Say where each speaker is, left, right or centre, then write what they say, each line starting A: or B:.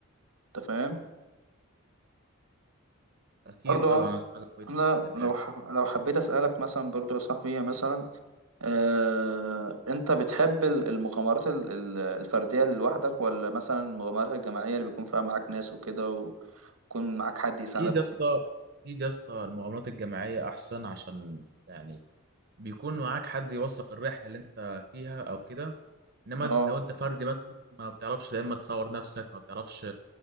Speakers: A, on the right (about 85°); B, on the right (about 50°).
A: انت فاهم
B: اكيد
A: برضو
B: طبعا يا اسطى حاجه كويسه
A: انا
B: جدا
A: لو
B: يعني
A: ح... لو حبيت اسالك مثلا برضو يا صاحبي مثلا آه... انت بتحب ال- المغامرات ال- ال- الفردية اللي لوحدك ولا مثلا المغامرات الجماعية اللي بيكون فيها معاك ناس وكده ويكون معاك حد يساعدك
B: اكيد يا
A: وكده
B: اسطى اكيد يا اسطى المغامرات الجماعيه احسن عشان يعني بيكون معاك حد يوثق الرحله اللي انت فيها او كده انما انت-
A: اه
B: لو انت فردي مثلا ما بتعرفش يا اما تصور نفسك ما بتعرفش